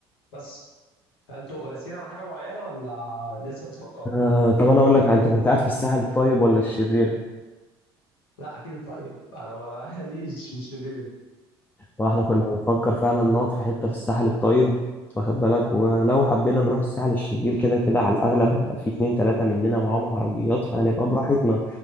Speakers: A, on the left; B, on the left.
A: بس فانتوا راسين على حاجه معينه ولا لسه بتفكروا؟
B: آه طب انا اقول لك انت كنت قاعد في الساحل الطيب ولا الشرير
A: لا اكيد الطيب انا ماليش في الشرير
B: واحنا كنا بنفكر فعلا نقعد في حتة في الساحل الطيب واخد بالك ولو حبينا نروح الساحل الشرير كده كده على الأغلب هيبقى في اتنين تلاتة مننا معاهم عربيات فهنبقى براحتنا